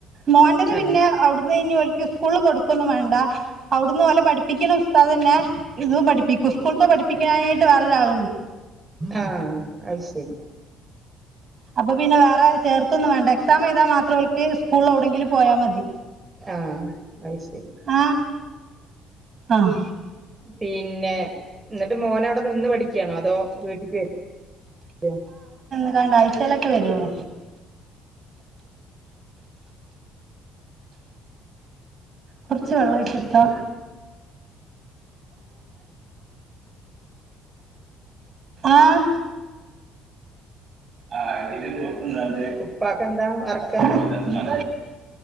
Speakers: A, on the right; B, on the right.
A: മോന്റെത്
B: ആ
A: പിന്നെ അവുട്ന്ന് ഞ്ഞി ഓല് സ്കൂള് കൊടുക്കൊന്നും വേണ്ട അവുടന്ന് പോലെ പഠിപ്പിക്കുന്ന ഉസ്താദെന്നെ ഇതും പഠിക്കും സ്കൂളത്തെ പഠിപ്പിക്കാനായിട്ട് വേറെ ഒരാൾ
B: ആ അത് ശരി
A: അപ്പൊ പിന്നെ വേറെ ചേർത്തൊന്നും വേണ്ട എക്സാം എഴുതാൻ മാത്രം ഒൽക്ക് സ്കൂളിലെവിടെങ്കിലും പോയാ മതി.
B: ആഹ് അഹ് ശെരി.
A: ആഹ് ആഹ്
B: പിന്നെ. ന്നട്ട് മോനവിടെ നിന്ന് പഠിക്ക്യയാണോ അതോ വീട്ട്ക്ക് വെ രോ
A: <unintelligible> അഴ്ച്ചയിലൊക്കെ വരുള്ളു. കൊറച്ച് വെള്ളം ഇടുത്തോട്താ ആഹ് ആ <unintelligible>
B: ഉപ്പാക്കെന്താ വർക്കെന്താ